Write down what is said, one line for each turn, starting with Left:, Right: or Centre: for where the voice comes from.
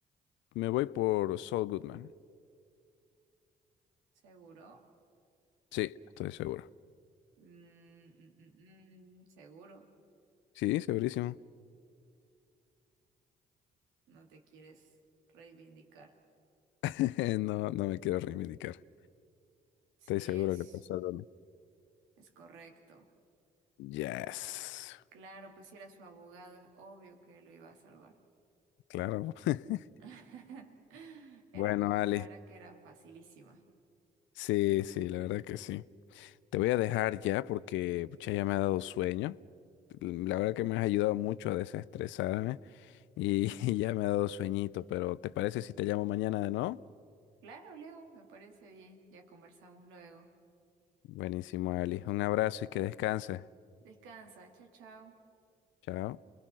Left: me voy por Saul Goodman.
Right: ¿Seguro?
Left: Sí, estoy seguro.
Right: Mm, mm, mm, mm, seguro.
Left: Sí, segurísimo.
Right: No te quieres reivindicar.
Left: <laughs> No, no me quiero reivindicar.
Right: Sí,
Left: Estoy seguro
Right: es,
Left: que pasó algo.
Right: es correcto.
Left: Yes.
Right: Claro, pues si era su abogado, es obvio que lo iba a salvar.
Left: Claro. <laughs>
Right: <laughs> Era,
Left: Bueno,
Right: co-
Left: Ale.
Right: la verdad que era facilísima.
Left: Sí, sí, la verdad que sí. Te voy a dejar ya porque pucha, ya me ha dado sueño. La verdad que me has ayudado mucho a desestresarme y, <laughs> y ya me ha dado sueñito, pero ¿te parece si te llamo mañana de nuevo?
Right: Claro, Leo, me parece bien. Ya conversamos luego.
Left: Buenísimo, Ali. Un abrazo y que descanses.
Right: Descansa, chao, chao.
Left: Chao.